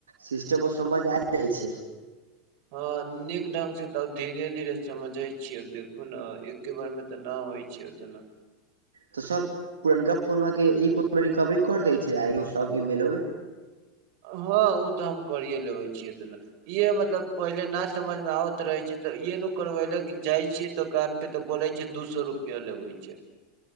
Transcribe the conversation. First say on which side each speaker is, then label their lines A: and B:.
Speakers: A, on the right; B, on the right.
A: सिस्टम समझ आ जाइ छैय।
B: हँ नीक ढंग से तऽ अब धीरे-धीरे समझे छियै अब देखु ने एकके बारे मे तऽ न होइ छैय ओतना।
A: तऽ सब पुरनका फोन मे के ई फोन मे रिकवरी कर दै छैय आो सब आइड ईमेल उ
B: हँ ओ तऽ हम करिये लेबे छियै ते उतना। इहे मतलब पहिले ना समझ में आबत रहे छै ते इे न करवे ले जाय छीे दुकान पे तऽ बोलै छैय दू सए रुपया लेबे छैय।